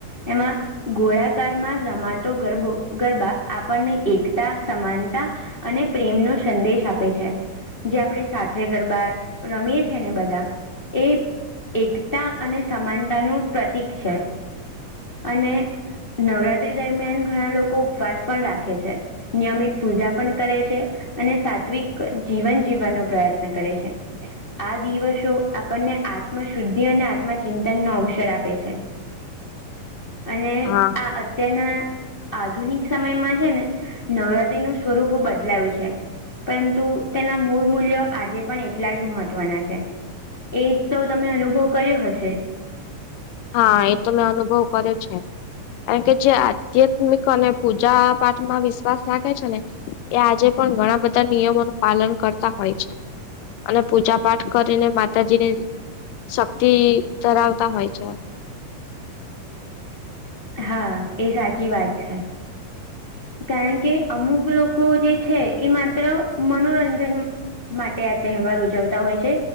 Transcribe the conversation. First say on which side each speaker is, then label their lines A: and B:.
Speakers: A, on the left; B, on the left.
A: એમાં ગોળાકારમાં રમાતો ગરબો ગરબા આપણને એકતા, સમાનતા અને પ્રેમનો સંદેશ આપે છે. જે આપણે સાથે ગરબા રમીએ છે, ને બધા એ એકતા અને સમાનતાનું પ્રતીક છે અને નવરાત્રી દરમિયાન ઘણા લોકો ઉપવાસ પણ રાખે છે. નિયમિત પૂજા પણ કરે છે. અને સાત્વિક જીવન જીવવાનો પ્રયત્ન કરે છે. આ દિવસો આપણને આત્મ શુદ્ધિ અને આત્મચિંતન નો અવસર આપે છે. અને
B: હા
A: આ અત્યારના આધુનિક સમયમાં છે ને નવરાત્રીનું સ્વરૂપ બદલાયું છે. પરંતુ તેના મૂળ મૂલ્ય આજે પણ એટલા જ મહત્વના છે. એજ તો તમે અનુભવ કર્યો હશે.
B: હા એ તો મેં અનુભવ કર્યો છે. કારણ કે જે આધ્યાત્મિક અને પૂજા પાઠમાં વિશ્વાસ રાખે છે ને, એ આજે પણ ઘણા બધા નિયમોનું પાલન કરતા હોય છે. અને પૂજા પાઠ કરીને માતાજી ને શક્તિ ધરાવતા હોય છે.
A: હા એ સાચી વાત છે. કારણ કે અમુક લોકો જે છે એ માત્ર મનોરંજન માટે આ તહેવાર ઉજવતા હોય છે.